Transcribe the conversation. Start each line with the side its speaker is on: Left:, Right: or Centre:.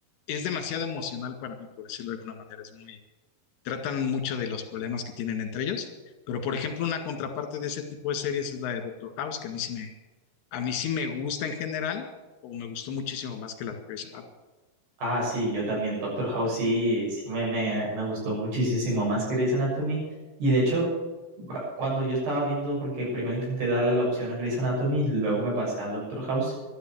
Left: es demasiado emocional para mí, por decirlo de alguna manera. Es muy, tratan mucho de los problemas que tienen entre ellos. Pero, por ejemplo, una contraparte de ese tipo de series es la de Doctor House, que a mí sí me, a mí sí me gusta en general, o me gustó muchísimo más que la de Grey's Anatomy.
Right: Ah, sí, yo también. Doctor House sí, sí me, me, me gustó muchísimo más que Grey's Anatomy. Y de hecho, ba- cuando yo estaba viendo, porque primero intenté darle la opción a Grey's Anatomy y luego me pasé a Doctor House,